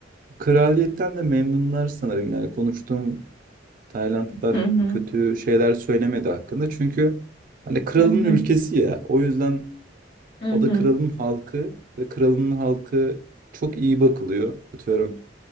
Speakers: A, on the right (about 45°); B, on the left (about 55°).
A: kraliyetten de memnunlar sanırım. Yani konuştuğum Taylandlılar
B: hı hı
A: kötü şeyler söylemedi hakkında. Çünkü hani kralın
B: hı
A: ülkesi ya. O yüzden
B: hı
A: o
B: hı
A: da kralın halkı ve kralın halkı çok iyi bakılıyor. Atıyorum